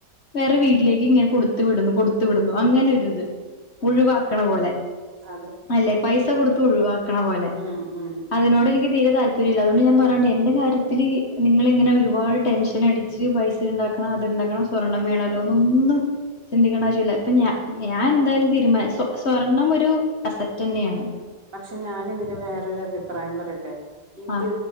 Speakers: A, on the left (about 40°); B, on the right (about 80°).
A: വേറെ വീട്ടിലേക്ക് ഇങ്ങനെ കോട് ത്തുവിടുന്നു കൊടുത്തു വിടുന്നു ന് ഒരിത്
B: ഉം
A: ഒഴിവാക്കണ
B: ഉം ഉം ഉം ഉം
A: പോലെ
B: അതെ
A: അല്ലെ പൈസ കൊടുത്ത് ഒഴിവാക്കണ
B: ഉം
A: പോലെ
B: ഉം ഉം ഉം
A: അതിനോട് എനിക്ക് നി- തീരെ താൽപ്പര്യംയില്ല അതോണ്ട് ഞാൻ പറ - അതോണ്ട് എന്റെ കാര്യത്തില് നിങ്ങള് ഇങ്ങെനെ
B: ഉം
A: ഒരുപാട് ടെൻഷൻ- എന്നെ അടിച്ച് പൈസ ഉണ്ടാക്കണം അത് ഉണ്ടാക്കണം സ്വർണം വേണ വേറെ ഒന്നും ചിന്തിക്കേണ്ട ആവശ്യമില്ല ഞാൻ എന്തായാലും
B: ഉം
A: തീരുമാന സ്വ സ്വർണ്ണം ഒരു- പ്പൂ അസറ്റ് തന്നെയാണ്
B: പക്ഷെ ഞാന് ഇതിന് വേറൊരു അഭിപ്രായം പറയട്ടെ ഇത്
A: ആ